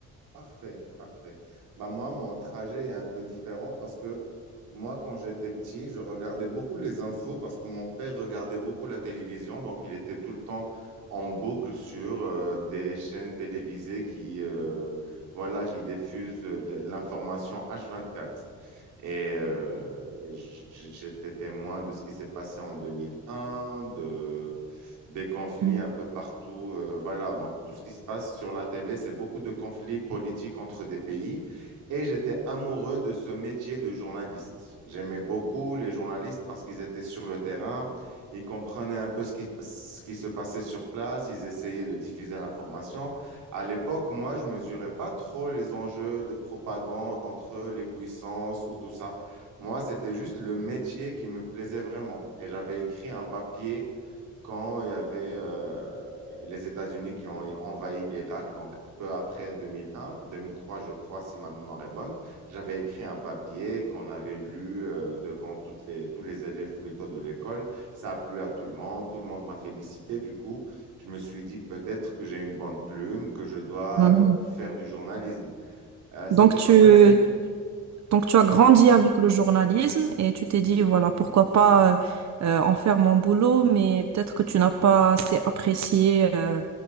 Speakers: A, on the right; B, on the right.
A: Parfait, parfait. Bah moi, mon trajet est un peu différent parce que moi, quand j'étais petit, je regardais beaucoup les infos parce que mon père regardait beaucoup la télévision. Donc, il était tout le temps en boucle sur euh, des chaînes télévisées qui, euh, voilà, qui diffusent euh, de l'information h vingt-quatre. Et euh, j'étais témoin de ce qui s'est passé en 2001, de, des conflits
B: Mhm.
A: un peu partout. euh, voilà, donc tout ce qui se passe sur la télé, c'est beaucoup de conflits politiques entre des pays. Et j'étais amoureux de ce métier de journaliste. J'aimais beaucoup les journalistes parce qu'ils étaient sur le terrain, ils comprenaient un peu ce qui, ce qui se passait sur place, ils essayaient de diffuser l'information. À l'époque, moi, je mesurais pas trop les enjeux de propagande entre les puissances ou tout ça. Moi, c'était juste le métier qui me plaisait vraiment. Et j'avais écrit un papier quand il y avait euh, les États-Unis qui ont envahi l'Irak, donc peu après 2001, 2003, je crois, si ma mémoire est bonne. J'avais écrit un papier qu'on avait lu euh, devant toutes les, tous les élèves plutôt de l'école. Ça a plu à tout le monde, tout le monde m'a félicité. Du coup, je me suis dit peut-être que j'ai une bonne plume, que je dois
B: Mhm.
A: euh, faire du journalisme. Euh, c'était
B: Donc tu,
A: pas facile.
B: donc tu as
A: Ouais.
B: grandi avec le journalisme et tu t'es dit, voilà, pourquoi pas euh, euh, en faire mon boulot, mais peut-être que tu n'as pas assez apprécié euh,